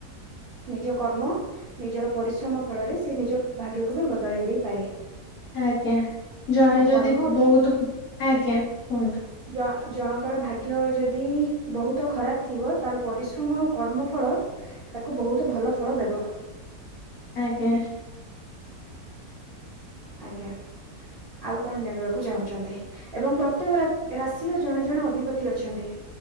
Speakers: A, on the right; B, on the left.
A: ନିଜ କର୍ମ ନିଜର ପରିଶ୍ରମ ଫଳରେ ସେ ନିଜ ଭାଗ୍ୟକୁ ବି ବଦଳେଇ ଦେଇପାରେ।
B: ଆଜ୍ଞା ଜଣେ
A: ଆଉ
B: ଯଦି
A: କର୍ମ
B: ବହୁତ ଆଜ୍ଞା କୁହନ୍ତୁ।
A: ଜ ଜଣଙ୍କର ଭାଗ୍ୟ ଯଦି ବହୁତ ଖରାପ ଥିବ ତାର ପରିଶ୍ରମ ଆଉ କର୍ମଫଳ ତାକୁ ବହୁତ ଭଲ ଫଳ ଦେବ।
B: ଆଜ୍ଞା।
A: ଆଜ୍ଞା। ଆଉ କଣ ଜାଣିବାକୁ ଚାହୁଁଛନ୍ତି ଏବଂ ପ୍ରତ୍ୟେକ ରାଶିର ଜଣେ ଜଣେ ଅଧିପତି ଅଛନ୍ତି।